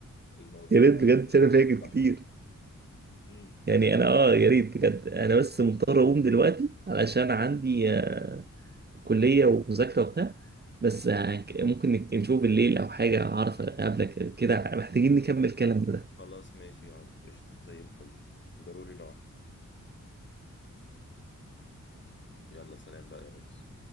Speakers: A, on the left; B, on the right.
A: الموضوع
B: يا ريت بجد
A: بجد
B: انا فاكر
A: تحفه
B: كتير
A: امم
B: يعني انا اه يا ريت بجد انا بس مضطر اقوم دلوقتي علشان عندي آه، كلية ومذاكرة وبتاع بس آه، ممكن نك- نشوف بالليل أو حاجة أعرف أقابلك كده محتاجين نكمل كلامنا ده
A: خلاص ماشي يا عمرو قشطه زي الفل ضروري نقعد يلا سلام بقى يا ريس